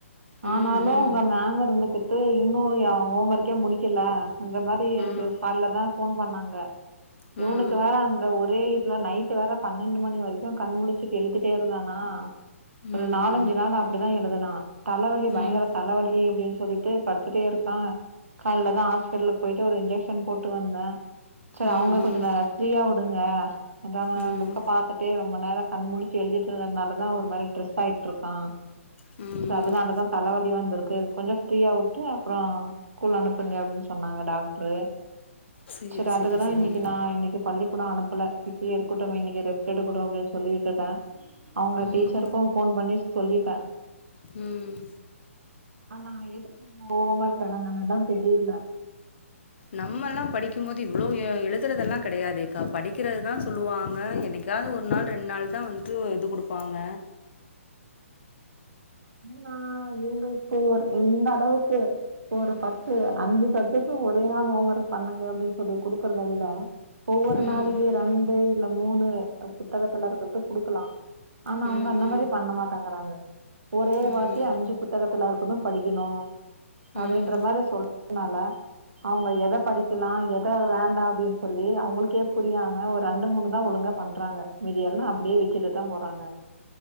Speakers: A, on the left; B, on the right.
A: ம்
B: ஆனாலு அவுங்க மேம் இருந்துகிட்டு இன்னு ஏ ஹோம் ஒர்க்கே முடிக்கல அந்த மாரி
A: ம் ம்
B: எனக்கு கால்ல தா ஃபோன் பண்ணாங் ங்க
A: ம்
B: இவனுக்கு வேற அந் வீட்ல நைட் வேற பன்னெண்டு மணி வரைக்கு கண் முழுச்சுட்டு எழுதிட்டே இருந்தானா
A: ம் ம்
B: ஒரு நாலஞ்சு நாளு அப்டிதா எழுதுனா தலைவலி பயங்கர
A: ம்
B: தலைவலி அப்டின் சொல்லிட்டு படுத்துட்டே இருக்கா கால்லதா ஹாஸ்பிட்லுக் போயிட்டு ஒரு இன்ஜெக்ஷன் போட்டு வந்தே சேர்
A: ம்
B: அவுங்க கொஞ்சோ ந ஃப்ரீயா உ ங்க அது அவ
A: ம்
B: புக்க பாத்துட்டே ம்ப நேரோ கண்முழுச்சு எழுதிட்டு இருந்ததுனாலதா ஒருமாரி ட்ரெஸ் ஆயிட்ருக்கா
A: ம்
B: ச்ச அதனாலதா தலைவலி வந்திருக்கு கொஞ்சோ ஃப்ரீயா விட்டு அப்றோ கூல் அனுப்புங்க அப்டின் சொன்னாங்க டாக்ட்ரு
A: சேரி
B: செரி அதுக்குதா
A: சேரி சேரி
B: இன்னிக்கு நா இன்னிக்கு பள்ளி அனுப்பல இப்டியே இருக்கட்டுமே இன்னிக்கி ரெஸ்ட் எட் இருக்கட்டு அப்டின் சொல்லி விட்டுட்டே அவுங்க
A: ம்
B: டீச்சருக்கூ ஃபோன் பண்ணி சொல்லிட்டே
A: ம்
B: ஆனா எதுக் <inaudible> ஹோம்ஒர்க் தராங்கனுதா தெரில
A: நம்ம எல்லா படிக்கு போது இவ்ளோ எழுதுறதெல்லா கெடையாதேக்கா படிக்கிறதுதா சொல்லுவாங்க என்னைக்காவது ஒரு நாள் ரெண்டு நாள் தா வந்துட்டு இது குடுப்பாங்க
B: நா இவங்க இப்போ ஒர் இந்த அளவுக்கு ஒரு பக்கு க்கு அஞ்சு சப்ஜட்டு ஒரே நாள் ஹோம் ஒர்க் பண்ணுங்க அப்டின்னு சொல்லி குடுக்கறதே விட் டா ஒவ்வொரு
A: ம்
B: நாளுலியே ரெண்டு இல்ல மூணு புத்தகத்துல இருக்கிறது குடுக்கலா ஆனா
A: ம்
B: அவங்க அந்த மாரி விடமாட்டாங்கறாங்க ஒரே
A: ம் ம்
B: வாட்டி அஞ்சு புத்தகத்தல்ல இருக்கது படிக்கணு அப்டின்ற
A: ம்
B: மாரி சொல்றதுனால அவங்க எத படிக்கலா எத வேண்டா அப்படின்னு சொல்லி அவங்களுக்கே புரியாம ஒரு ரெண்டு மூணுதா ஒழுங்க பண்றாங்க மீதியல்லா அப்டியே விட்டுட்டு தா போறாங்க